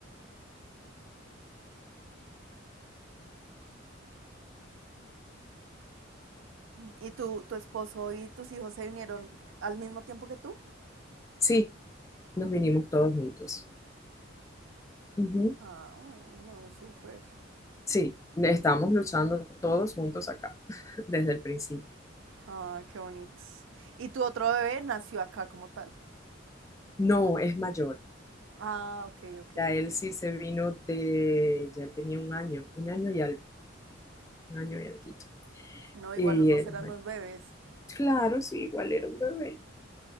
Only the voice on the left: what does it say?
sí, nos vinimos todos juntos. Ujú,
Sí, estamos luchando todos juntos acá <laughs> desde el principio.
No, es mayor.
Ya
él sí se vino de, ya él tenía un año, un año y algo, un año y alguito.
Y
él,
es mayor.
claro, sí, igual era un bebé.